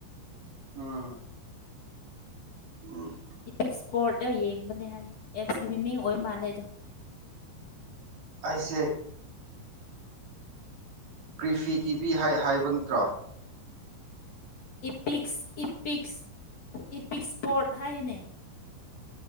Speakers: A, on the right; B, on the left.
A: ꯎꯝ꯫ ꯎꯝ꯫
B: ꯏꯄꯤꯛ ꯏꯁꯄꯣꯔꯠꯇ ꯌꯦꯡꯕꯅꯦ ꯍꯥꯏꯌꯦ ꯑꯦꯞꯁꯀꯤ ꯃꯤꯃꯤꯡ ꯑꯣꯏ ꯃꯥꯜꯂꯦ ꯑꯗꯣ꯫
A: ꯑꯩꯁꯦ꯫ ꯀ꯭ꯔꯤꯐꯤ ꯇꯤꯚꯤ ꯍꯥꯏꯕ ꯅꯠꯇ꯭ꯔꯣ꯫
B: ꯏꯄꯤꯛꯁ ꯏꯄꯤꯛꯁ ꯏꯄꯤꯛꯁꯄꯣꯔꯠ ꯍꯥꯏꯅꯦ꯫